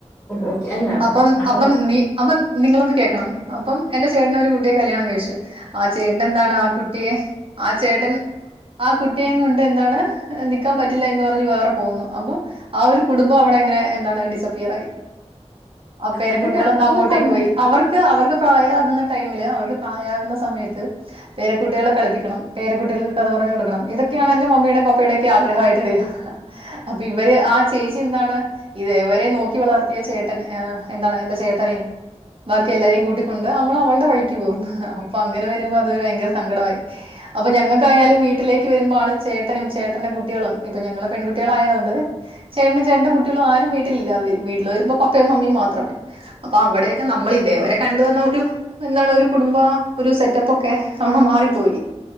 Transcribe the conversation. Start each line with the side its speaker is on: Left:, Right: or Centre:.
Left: ഓക്കെ അല്ല
Right: അപ്പം
Left: അത്
Right: അപ്പം നീ അപ്പം നിങ്ങളൊന്ന് കേക്കണം അപ്പം. എന്റെ ചേട്ടന് ഒരു കുട്ടിയെ കല്ല്യാണം കഴിച്ചു. ആ ചേട്ടന് എന്താണ് ആ കുട്ടിയെ ആ ചേട്ടൻ ആ കുട്ടിയേം കൊണ്ട് എന്താണ് നിക്കാൻ പറ്റില്ല എന്ന് പറഞ്ഞ് വേറെ പോവുന്നു. അപ്പം ആ ഒരു കുടുംബം അവിടെ എങ്ങനെ എന്താണ് ഡിസപ്പിയർ ആയി. ആ പേരകുട്ടികളും
Left: അത് അത്
Right: അങ്ങോട്ടേക്ക്
Left: ഞാൻ പറഞ്ഞ
Right: പോയി അവർ. അവർക്ക് പ്രായമാകുന്ന ടൈമില് അവർക്ക് പ്രായമാകുന്ന സമയത്ത് പേരക്കുട്ടികളെ കളിപ്പിക്കണം പേരുട്ടികൾക്ക് കഥ പറഞ്ഞ് കൊടുക്കണം ഇതൊക്കെയാണ് എന്റെ മമ്മിയുടെയും പപ്പയുടെയും ഒക്ക ആ്രഹമായിട്ട് വരിക. അപ്പൊ ഇവര് ആ ചേച്ചി എന്താണ്. ഇത്വരെ നോക്കി വളർത്തിയ ചേട്ടൻ എന്താണ് എൻറെ ചേട്ടനെയ. ബാക്കി എല്ലാരെയും കൂട്ടിക്കൊണ്ട് അവള് അവളുടെ വഴിക്ക് പോകുന്നു അപ്പൊ അങ്ങനെ വരുമ്പോ അതൊരു ഭയങ്കര സങ്കടമായി. അപ്പൊ ഞങ്ങൾക്കായാലും വീട്ടിലേക്ക് വരുമ്പോണ് ചേട്ടനും ചേട്ടന്റെ കുട്ടികളും ഇപ്പൊ ഞങ്ങളെ പെൺകുട്ടികളയതുണ്ട്. ചേട്ടനും ചേട്ടന്റ കുട്ടികൾ ആരും വീട്ടിലില്ല വീട്ടില് വരുമ്പോ പപ്പയും മമ്മിയും മാത്രം. അപ്പൊ അവിടെക്കെ നമ്മൾ ഇതേവരെ കണ്ട് വന്ന ഒരു എന്താണ് ഒരു കുടുംബ ഒരു സെറ്റപ്പൊക്കെ അവിടെ മാറിപ്പോയി.